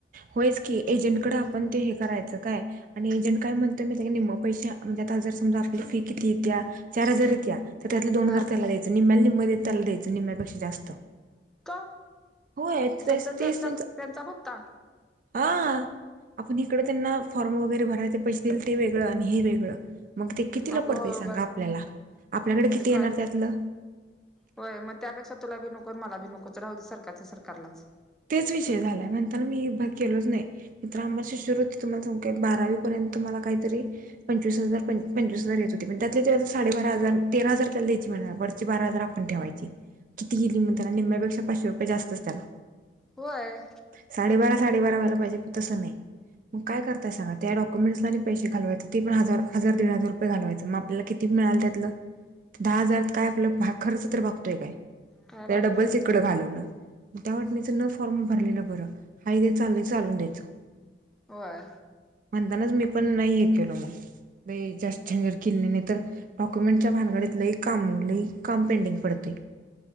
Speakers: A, on the right; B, in the centre.
A: होयच की एजंटकडे आपण ते हे करायचं काय आणि एजंट काय म्हणतो म त्या निम्मं पैश म्हणजे आता जर समजा आपली फी कितीेत्या चार हजार इत्या तर त्यातलं दो
B: हा
A: हजार त्याला द्यायचं निम्म्याल्या निम मध्ये त्याला द्यायंच निम्यापेक्षा जास्त
B: का?
A: होय
B: त्यांचा
A: तेच
B: त्यांचा
A: तेच त्यांचं
B: त्यांचा भत्ता
A: हा आपण इकडं त्यांना फॉर्म वगैरे भराय ते पैसे दिले ते वेगळं आणि हे वेगळं. मग ते कितीला
B: अगो
A: पडतय सांगा
B: बाय
A: आपल्याला आपल्याकडे किती
B: ते
A: येणार
B: काय
A: त्यातलं
B: होय मग त्यापेक्षा तुला बी नको मला बी नकोच रावदे सरकारच सरकारलाच.
A: तेच विषय झालाय म्हणताना मी बघ केलोच नाही मी तर आम्हाला शिशुवृत्ती तुम्हाला सांगु काय बारावी पर्यंत मला काहीतरी पंचवीस हजार पंचवीस हजार येत होती पण त्यातले तेव्हा साडेबारा हजार तेरा हजार त्याला द्यायची म्हणा वरची बारा हजार आपण ठेवायची किती गेली म्हण त्याना निम्म्यापेक्षा पाचशे रुपये जास्तच त्याला
B: होय.
A: साडेबारा साडेबारा व्हायला पाहिजे पण तसं नाही मग काय करताय सांग त्या डक्युमेंट्सला आणि पैसे घालवायच ते पण हजार हजार दीड हजार रुपये घालवायचं मग आपल्याला किती मिळाल त्यातलं दहा हजार काय आपलं खर्च तर बघतोय काय? त्याला
B: काय भागत
A: डब्बलस
B: नाही
A: इकडं घालवलं. <unintelligible> न फॉर्म भरलेलं बरं हाय ते चालय चालू द्यायचं.
B: होय
A: म्हणतानाच मी पण नाही. जास्तर झनझत किली नाही तर डॉक्युमेंटच्या भानगडीत लई काम लई काम पेंडिंग पडतय.